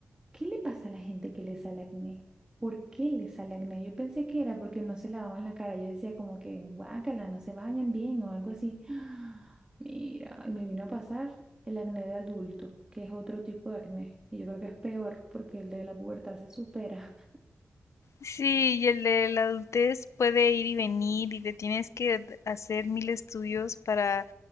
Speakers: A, on the right (about 15°); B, on the left (about 80°).
A: ¿Qué le pasa a la gente que le sale acné? ¿Por qué le sale acné? Yo pensé que era porque no se lavaban la cara. Yo decía como que, guácala, no se bañan bien o algo así. <gasps> Mira, y me vino a pasar el acné de adulto, que es otro tipo de acné. Y yo creo que es peor porque el de la pubertad se supera.
B: Sí, y el de la adultez puede ir y venir y te tienes que d- hacer mil estudios para